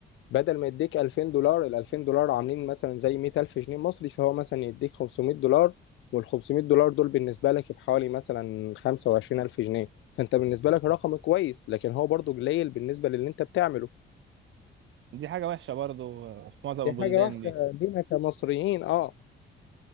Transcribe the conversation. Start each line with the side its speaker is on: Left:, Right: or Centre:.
Left: بدل ما يديك 2000 دولار ال 2000 دولار عاملين مثلا زي 100000 جنيه مصري فهو مثلا يديك 500 دولار وال 500 دولار دول بالنسبة لك بحوالي مثلا 25000 جنيه فأنت بالنسبة لك رقم كويس لكن هو برضو قليل بالنسبة للي أنت بتعمله
Right: دي حاجة وحشة برضه آه، في معظم
Left: دي
Right: البلدان
Left: حاجة وحشة
Right: دي
Left: لينا كمصريين أه